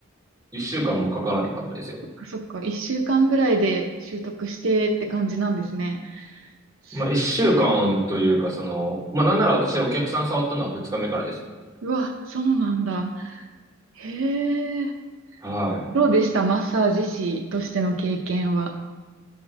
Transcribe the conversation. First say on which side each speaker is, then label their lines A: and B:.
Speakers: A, on the right (about 20°); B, on the right (about 75°).
A: う、一週間もかからなかったですよ。
B: あ、そっか。一週間ぐらいで習得してって感じなんですね。す
A: まあ、一週間というか、その、まあ、なんなら私お客さん触ったのは二日目からです。
B: うわ、そうなんだ。へえ。
A: はい。
B: どうでしたマッサージ師としての経験は。